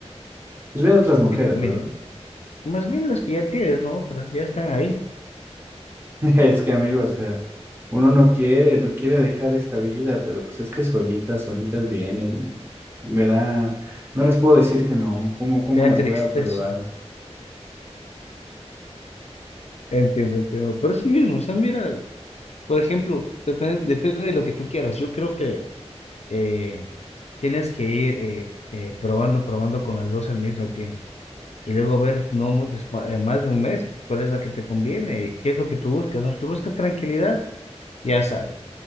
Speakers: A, on the right (about 20°); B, on the left (about 70°).
A: pues viendo otras mujeres,
B: y tú también.
A: ¿verdad?
B: Más bien las que ya tienes, ¿no? Otras ya están ahí.
A: <laughs> Es que amigo, o sea, uno no quiere, no quiere dejar esta vida, pero pues es que solitas, solitas vienen y me da, no les puedo decir que no, ¿cómo, cómo
B: Te da
A: las
B: tristeza.
A: voy a probar?
B: Entiendo, entiendo. Pero es lo mismo, o sea, mira, por ejemplo, depende, depende de lo que tú quieras. Yo creo que eh, tienes que ir eh, eh, probando, probando con las dos al mismo tiempo. Y luego ver, no muy despa- eh, más de un mes, cuál es la que te conviene, y qué es lo que tú buscas. ¿no? Si tú buscas tranquilidad, ya sabes